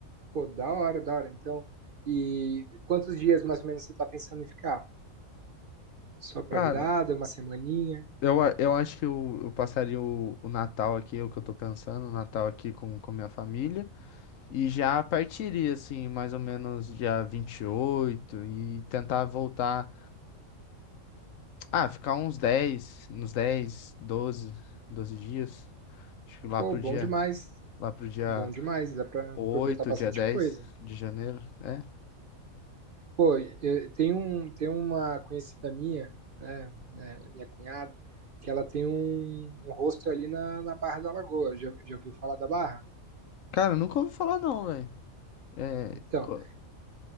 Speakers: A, on the right; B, on the left.
A: Pô, da hora, da hora. Então, e quantos dias mais ou menos você tá pensando em ficar? Só pra
B: Cara,
A: virada, uma semaninha?
B: eu, a- eu acho que eu, eu passaria o, o Natal aqui, é o que eu tô pensando, o Natal aqui com, com minha família, e já partiria assim, mais ou menos dia 28 e tentar voltar Ah, ficar uns 10, uns 10, 12, 12 dias. Acho que lá
A: Pô,
B: pro
A: bom
B: dia,
A: demais.
B: lá pro dia
A: Bom demais, dá pra
B: 8,
A: aproveitar bastante
B: dia 10
A: coisa.
B: de janeiro. É.
A: Pô, eu- tem um, tem uma conhecida minha, né, né, minha cunhada, que ela tem um, um rosto ali na, na Barra da Lagoa. Já, já ouviu falar da Barra?
B: Cara, nunca ouvi falar não, velho. É,
A: Então,
B: co-